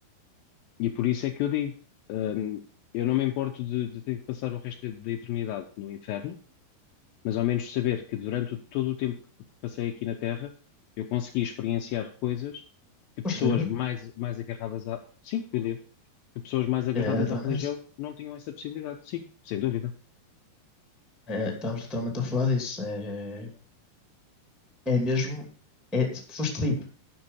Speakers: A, on the left; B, in the centre.
A: E por isso é que eu digo, hum, eu não me importo de, de ter que passar o resto da da eternidade no inferno. mas ao menos saber que durante o- todo o tempo que passei aqui na Terra, eu consegui experienciar coisas que pessoas
B: Posto livre,
A: mais, mais agarradas à. Sim, fui livre. Que pessoas mais agarradas
B: é, é literalmente
A: à religião
B: isso.
A: não tinham essa possibilidade. Sim, sem dúvida.
B: É, estamos literalmente a falar disso. É, é mesmo, é, foste livre.